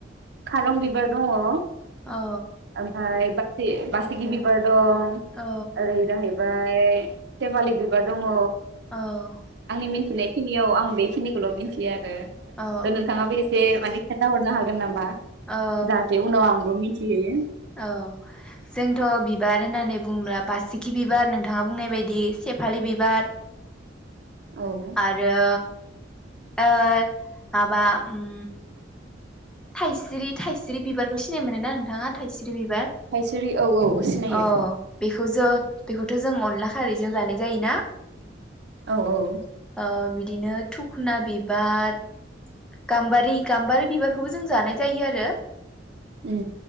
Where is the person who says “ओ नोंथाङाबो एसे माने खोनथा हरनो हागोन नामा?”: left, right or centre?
Right